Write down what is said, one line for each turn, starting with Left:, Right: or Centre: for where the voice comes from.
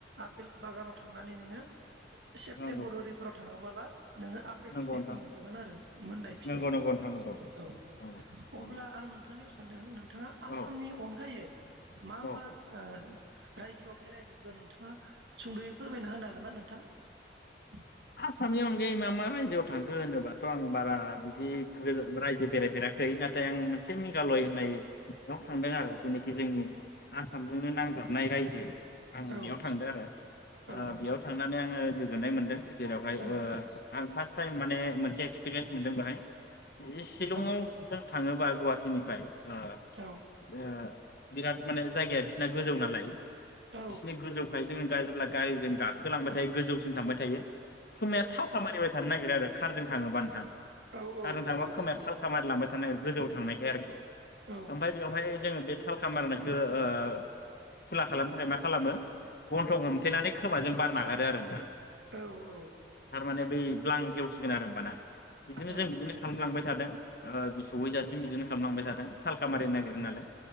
Right: आपेल बागानाव थांनानै नोङो सेपतेम्बर
Left: नंगौ नंगौ
Right: ओरैफोराव थाङो <unintelligible> नोङो आपेल
Left: नंगौ
Right: फिथाइखौ
Left: नोंथां
Right: मोनजागोन आरो मोननाय फिथाइखौ
Left: नंगौ नंगौ नोंथां नंगौ
Right: औ
Left: नंगौ
Right: अब्ला
Left: नंगौ
Right: आं नोंथांनियाव सानदों नोंथाङा आसामनि
Left: औ
Right: अनगायै मा
Left: औ
Right: मा ओ रायजोआव बेरायफेरगोन नोंथाङा सुंदयै फोरमायना होनो हागोन ना? <unintelligible> <unintelligible>
Left: आसामनि अनगायै मा मा रायजोआव थांखो होनोबाथ' आं बारा बिदि रायजो बेरायफेराखै नाथाय आं मोनसे मेघालय होननाय बेयाव थांदों आरो जेनेखि जोंनि आसामजोंनो <unintelligible> <unintelligible> रायजो। आं
Right: औ
Left: बेयाव थांदों आरो
Right: औ
Left: ओ
Right: नोंथां
Left: बेयाव थांनानै आङो गोजोननाय मोनदों। बेवहाय
Right: औ
Left: ओ आं फास टाइम <unintelligible> माने मोनसे <unintelligible> एक्सपिरियेन्स मोनदों बेाहाय शिलंआव
Right: औ
Left: जों थाङोबा गुवाहाटिनिफ्राय ओ-ओ
Right: औ
Left: बिराद माने जायगाया बिसिना गोजौ नालाय बिसोरनि
Right: औ
Left: गोजौखाय जोंनि जेब्ला गारिजों गाखोलांबाय <unintelligible> गोजौसिम थांबाय थायो। खोमाया थाखा मानिबाय थानो नागिरा आरो। खारजों थाङोबा नोंथां।
Right: औ औ
Left: खारजों थांबा
Right: औ नंगौ
Left: खोमाया थालखा मारिलांबाय थानो नागोन गोजौआव थांनाय बे आरोखि
Right: औ
Left: ओमफ्राय बेवहाय जोङो बे थालखा मारनायखौ ओ खुला खालामनो थाखाय मा खालामो गन्थं हमथेनानै खोमाजों बार नागारो आरो नोंथां।
Right: औ। औ
Left: थारमाने बै ब्लां गेव <unintelligible> आरो होमबाना बिदिनो
Right: औ
Left: जों बिदिनो खालामलांबाय थादों। <unintelligible> जासिम बिदिनो खालामलांबाय थादों थालखा मारिनो नागिरो नालाय।